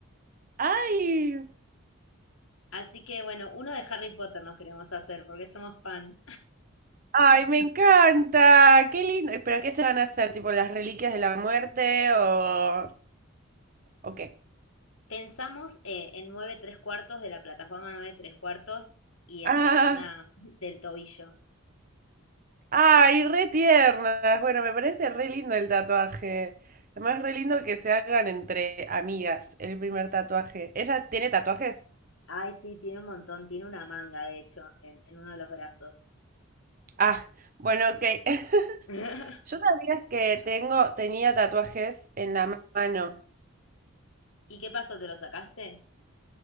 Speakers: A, on the right; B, on the left.
A: ¡Ay!
B: Así que bueno, uno de Harry Potter nos queremos hacer, porque somos fan.
A: ¡Ay, me encanta! ¡Qué lindo! ¿Y ¿Pero qué se van a hacer? ¿Tipo las reliquias de la muerte o, o qué?
B: Pensamos eh, en nueve tres cuartos de la plataforma nueve tres cuartos y en
A: ¡Ah!
B: la zona <laughs> del tobillo.
A: ¡Ay, re tiernas! Bueno, me parece re lindo el tatuaje. Además, re lindo que se hagan entre amigas el primer tatuaje. ¿Ella tiene tatuajes?
B: Ay, sí, tiene un montón, tiene una manga, de hecho, en, en uno de los brazos.
A: Ah, bueno, ok. <laughs>
B: <laughs>
A: Yo sabía que tengo, tenía tatuajes en la mano.
B: ¿Y qué pasó? ¿Te lo sacaste?